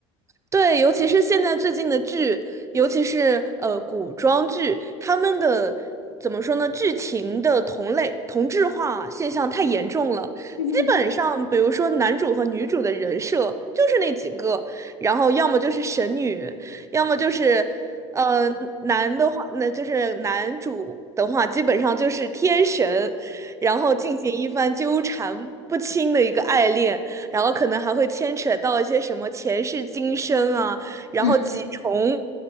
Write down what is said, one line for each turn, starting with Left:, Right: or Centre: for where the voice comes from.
Right: 对，尤其是现在最近的剧，尤其是呃古装剧，他们的怎么说呢？剧情的同类同质化现象太严重了。
Left: 对对对，
Right: 基本上，比如说男主和女主的人设就是那几个，然后要么就是神女，要么就是呃男的话，那就是男主的话，基本上就是天神，然后进行一番纠缠不清的一个爱恋。然后可能还会牵扯到一些什么前世今生啊，然后几重，
Left: 嗯，